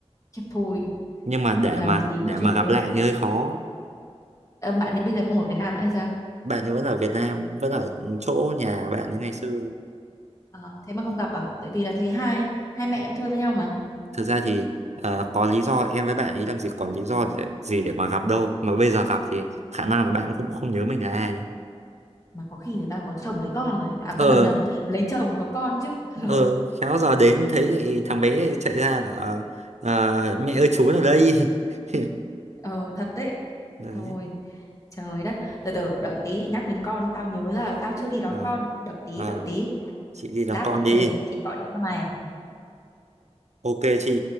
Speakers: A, on the left; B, on the right.
A: khiếp thôi
B: Nhưng mà để
A: làm
B: mà
A: gì
B: để
A: có chuyện
B: mà gặp
A: nếu
B: lại thì hơi khó.
A: Ờ, bạn ấy bây giờ không ở Việt Nam nữa hay sao?
B: Bạn ấy vẫn ở Việt Nam, vẫn ở chỗ nhà bạn ấy ngày xưa.
A: Ờ, thế mà không gặp à? Tại vì là thấy hai hai mẹ em chơi với nhau mà.
B: Thực ra thì ờ, có lý do em với bạn ấy làm gì còn lý do để, gì để mà gặp đâu. Mà bây giờ gặp thì khả năng là bạn cũng không nhớ mình là ai.
A: Mà có khi người ta có chồng lấy con rồi. À
B: Ờ,
A: quên âm nhầm, lấy chồng có con chứ. <laughs> Lộn.
B: ờ, khéo giờ đến thấy thì thằng bé chạy ra là ờ, mẹ ơi chú ở đây. <laughs>
A: Ờ thật đấy.
B: Đấy.
A: Thôi, trời đất. Từ từ đợi tí, nhắc đến con tao nhớ ra là tao chưa đi đón
B: Ờ.
A: con. Đợi tí,
B: Ờ.
A: đợi tí.
B: chị đi làm
A: Lát
B: con
A: nữa
B: đi
A: về chị gọi điện cho mày.
B: ok chị